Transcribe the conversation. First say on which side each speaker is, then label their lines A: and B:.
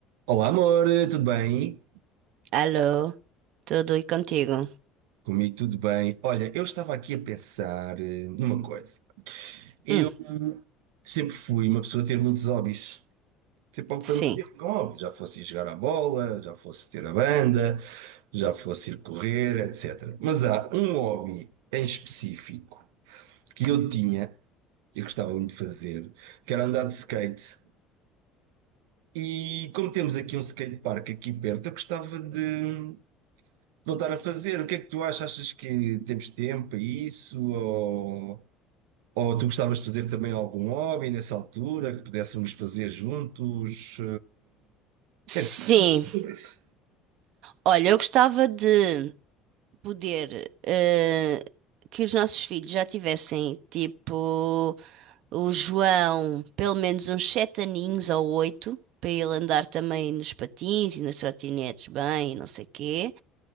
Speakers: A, on the right; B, on the right.
A: Olá, amor, tudo bem?
B: Alô, tudo e contigo?
A: Comigo tudo bem. Olha, eu estava aqui a pensar eh, numa coisa. Eu
B: Hum,
A: sempre fui uma pessoa a ter muitos hobbies. Sempre algo
B: sim.
A: para mim ter com hobbies. Já fosse ir jogar à bola, já fosse ter a banda, já fosse ir correr, etc. Mas há um hobby em específico que eu tinha, eu gostava muito de fazer, que era andar de skate. E como temos aqui um skatepark aqui perto, eu gostava de voltar a fazer. O que é que tu achas? Achas que temos tempo para isso? Ou, ou tu gostavas de fazer também algum hobby nessa altura que pudéssemos fazer juntos?
B: Sim,
A: Eh, Achas sobre isso?
B: olha, eu gostava de poder eh, que os nossos filhos já tivessem, tipo, o João, pelo menos uns sete aninhos ou oito, para ele andar também nos patins e nas trotinetes bem, e não sei quê.